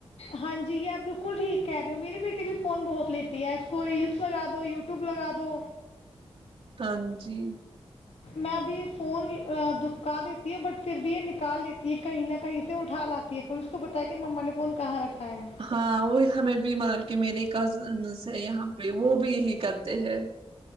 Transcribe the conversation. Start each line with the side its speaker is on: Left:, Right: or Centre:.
Left: ہاں جی یہ آب <inaudible> بالکل ٹھیک کہہ رہے ہو میری بیٹی بھی فون بہت لیتی ہے اس کو ریلس لگا دو یٹیوب لگا دو
Right: ہاں جی
Left: میں ابھی فون دبکا دیتی ہوں بٹ پھر بھی یہ نکال دیتی ہے کہیں نہ کہیں سے اٹھا لاتی ہے پ اس کو بتایا کہ مما نے فون کہاں رکھا ہے
Right: ہاں وہ ہمیں بھی مطلب کہ میرے کزنس ہے یہاں پہ وہ بھی یہی کرتے ہیں